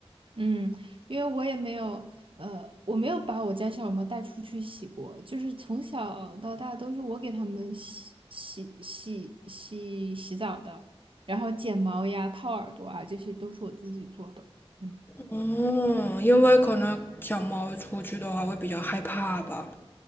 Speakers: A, on the right (about 55°); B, on the left (about 20°).
A: 嗯，因为我也没有，呃，我没有把我家小猫带出去洗过，就是从小到大都是我给它们洗洗洗洗洗澡的，然后剪毛呀、掏耳朵啊，这些都是我自己做的。嗯。
B: 哦，因为可能小猫出去的话会比较害怕吧。